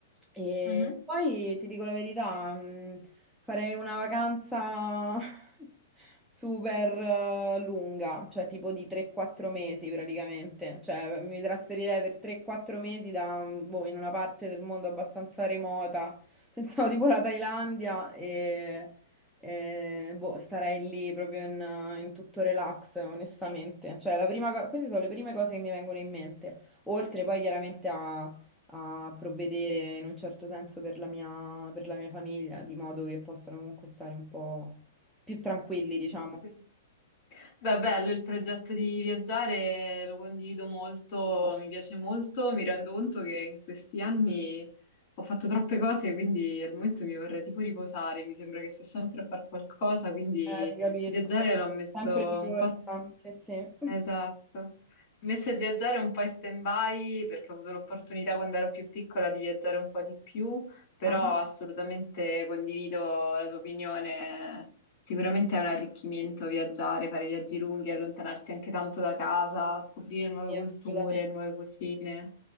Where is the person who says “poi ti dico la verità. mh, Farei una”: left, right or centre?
Centre